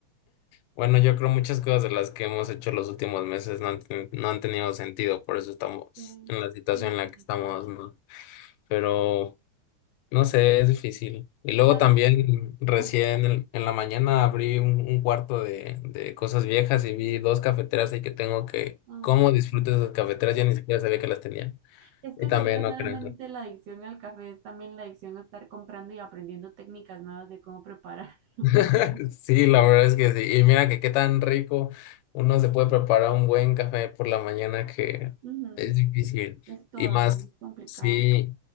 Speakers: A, on the left; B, on the right.
A: bueno, yo creo muchas cosas de las que hemos hecho los últimos meses no han, ten- no han tenido sentido, por eso estamos
B: Sí,
A: en la situación
B: sí, definitivamente.
A: en la que estamos, ¿no? Pero no sé, es difícil. Y luego
B: A
A: también
B: ver,
A: recién
B: ah,
A: en, en la mañana abrí un, un cuarto de, de cosas viejas y vi dos cafeteras ahí que tengo que,
B: ay,
A: ¿cómo disfruto
B: mm.
A: esas cafeteras? Ya ni siquiera sabía que las tenía.
B: es que
A: Y también
B: si fuera
A: no
B: solamente
A: creo.
B: la adicción al café, es también la adicción a estar comprando y aprendiendo técnicas nuevas de cómo prepararlo. <laughs>
A: <laughs> Sí, la verdad es que sí. Y mira que qué tan rico uno se puede preparar un buen café por la mañana que
B: Ujú,
A: es difícil.
B: Es todavía
A: Y más,
B: más complicado.
A: sí,